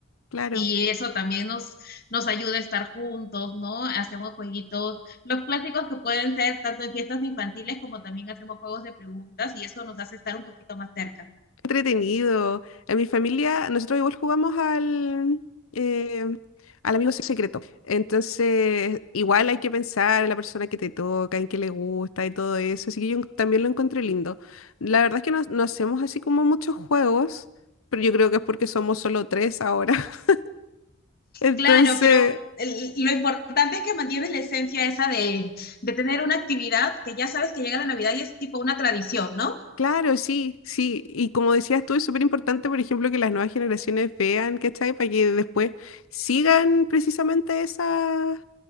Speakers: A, on the left (about 90°); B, on the left (about 50°).
A: claro.
B: Y eso también nos, nos ayuda a estar juntos, ¿no? Hacemos jueguitos, los clásicos que pueden ser tanto en fiestas infantiles como también hacemos juegos de preguntas y eso nos hace estar un poquito más cerca.
A: entretenido. En mi familia, nosotros igual jugamos al, eh, al amigo secreto. Entonces, igual hay que pensar en la persona que te toca, en qué le gusta y todo eso. Así que yo también lo encontré lindo. La verdad es que no, no hacemos así como muchos juegos, pero yo creo que es porque somos solo tres ahora. <laughs> Entonces...
B: Claro, pero el- lo importante es que mantienes la esencia esa de, de tener una actividad que ya sabes que llega la Navidad y es tipo una tradición, ¿no?
A: Claro, sí, sí. Y como decías tú, es súper importante, por ejemplo, que las nuevas generaciones vean, ¿cachai? Para que después sigan precisamente esas